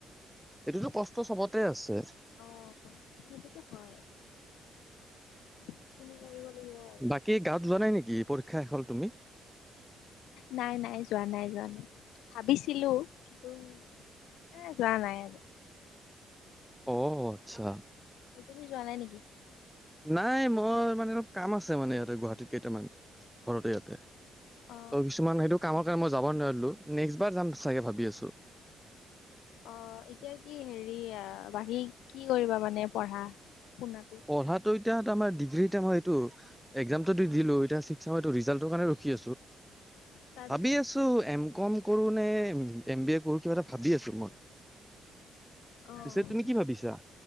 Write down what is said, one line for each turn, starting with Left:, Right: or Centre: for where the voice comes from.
Centre: এইটোতো কষ্ট চবতে আছে
Left: অ'হ সেইটোতো হয়। সেইখিনি কৰিব লাগিব আৰু।
Centre: বাকী গাওঁ ত যোৱা নাই নেকি? পৰীক্ষা শেষ হ'ল তুমি
Left: নাই, নাই যোৱা নাই, যোৱা নাই। ভাবিছিলো কিন্তু এ! যোৱা নাই আৰু
Centre: অ' আচ্ছা।
Left: তুমি যোৱা নাই নেকি?
Centre: নাই মোৰ মানে অলপ কাম আছে মানে ইয়াতে গুৱাহাটীত কেইটামান ঘৰতে ইয়াতে।
Left: অ
Centre: ত কিছুমান সেইটো কামৰ কাৰণে মই যাব নোৱাৰিলো নেক্সট বাৰ যাম চাগে ভাবি আছো
Left: অ এতিয়া কি হেৰি বাকী কি কৰিবা মানে পঢ়া শুনাটো?
Centre: পঢ়াটো এতিয়া ত আমাৰ ডিগ্ৰীতে মই এইটো একজাম টো ত দিলো এতিয়া ছিক্স চেমৰ ৰিজাল্টৰ কাৰণে ৰখি আছোঁ।
Left: তাৰপিছত
Centre: ভাবি আছো এম কম কৰো নে এম বি এ কৰো কিবা এটা ভাবি আছো মই।
Left: অ',
Centre: পিছে তুমি কি ভাবিছা?